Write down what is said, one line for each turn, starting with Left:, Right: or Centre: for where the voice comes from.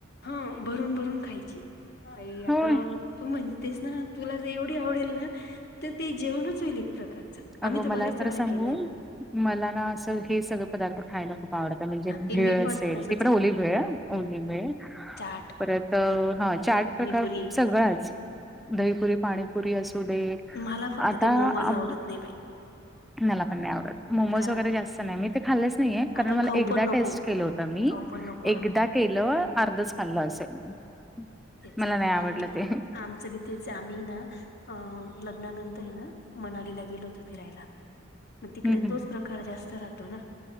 Left: हा भरून भरून खायची. <unintelligible>
Centre: होय.
Left: अगं तू म्हणतेस ना तुला एवढी आवडेल ना. <unintelligible> तर ते जेवणच होईल एक प्रकारचं. <unintelligible>
Centre: अगं मला
Left: बऱ्याच
Centre: खरं
Left: वेळा
Centre: सांगू
Left: केलंय ते
Centre: मला ना असं हे सगळें पदार्थ खायला खूप आवडतं. <unintelligible> म्हणजे
Left: हा, ते
Centre: भेळ
Left: मी पण
Centre: असेल
Left: तसच
Centre: ति पण
Left: आहे
Centre: ओली
Left: मग.
Centre: भेळ
Left: हं.
Centre: ओली भेळ.
Left: चाट
Centre: परत हा चाट प्रकार
Left: पाणीपुरी
Centre: सगळांच. दहीपुरी पाणीपुरी असू दे!
Left: मला फक्त
Centre: आता
Left: ते मोमज
Centre: आप
Left: आवडत नाही बाई.
Centre: मला पण नाही आवडत मोमोज
Left: कारण
Centre: वगैरे जास्त नाही मी ते खाल्लंच नाहीे कारण
Left: अगं
Centre: मला
Left: खाऊ
Centre: एकदा
Left: पण नको
Centre: टेस्ट केलं होतं मी
Left: खाऊ पण नको आम्ही
Centre: एकदा केलं
Left: हम्म
Centre: अर्धच खाल्लं असेल
Left: तेच
Centre: मला नाही आवडलं
Left: आम्ही
Centre: ते.
Left: आमचं बी तेच आम्ही ना अ लग्नानंतर ना मनालीला गेलो होतो फिरायला. मग तिकडे
Centre: हं.
Left: तोच प्रकार जास्त राहतो ना